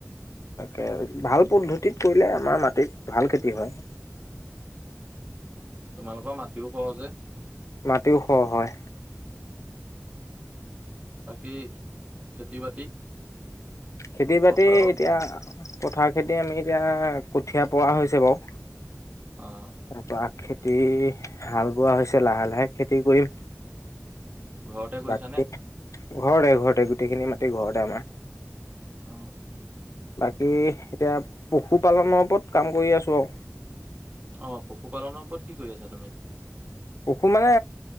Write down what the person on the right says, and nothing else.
তোমালোকৰ মাটিও সৰহ যে
বাকী খেতি বাতি
পথাৰৰ
অ',
ঘৰতে কৰিছে
নে
অ
অ পশুপালনৰ ওপৰত কি কৰি আছা তুমি